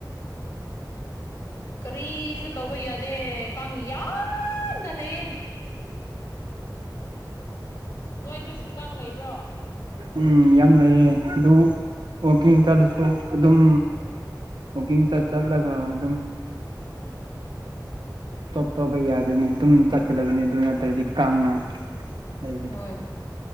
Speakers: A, on the left; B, on the right.
A: ꯀꯔꯤ ꯁ ꯇꯣꯕꯗꯦ ꯀꯪꯉ ꯌꯥ ꯅ ꯂꯩꯌꯦꯦ ꯅꯣꯏꯗꯨꯁꯨꯀ ꯂꯩꯕ꯭ꯔꯣ
B: ꯎꯝ ꯌꯥꯝ ꯂꯩꯑ ꯑꯗꯨ ꯋꯥꯛꯀꯤꯡ ꯆꯠꯂꯁꯨ ꯑꯗꯨꯝ ꯋꯀꯤꯡ ꯆꯠꯂꯒ ꯑꯗꯨꯝ
A: ꯍ
B: ꯇꯣꯞ ꯇꯣꯞꯄ ꯌꯥꯗꯣꯏꯅꯦ ꯑꯗꯨꯝ ꯆꯠꯀꯗꯕꯅꯦ ꯑꯗꯨ ꯅꯠꯇ꯭ꯔꯗꯤ ꯀꯥꯡꯅ ꯂꯩꯕꯅꯤ
A: ꯍꯣꯏ